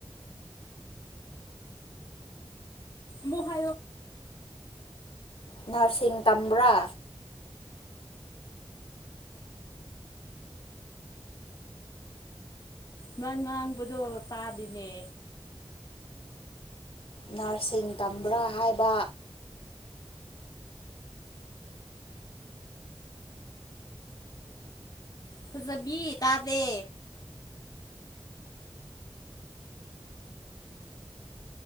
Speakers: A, on the left; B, on the left.
A: ꯃꯣꯍꯣ
B: ꯅꯔꯁꯤꯡ ꯇꯝꯕ꯭ꯔꯥ
A: ꯅꯪ ꯉꯥꯡꯕꯗꯣ ꯇꯥꯗꯤꯅꯦ
B: ꯅꯔꯁꯤꯡ ꯇꯝꯕ꯭ꯔꯥ ꯍꯥꯏꯕ
A: ꯍꯖꯕꯤ ꯇꯥꯗꯦ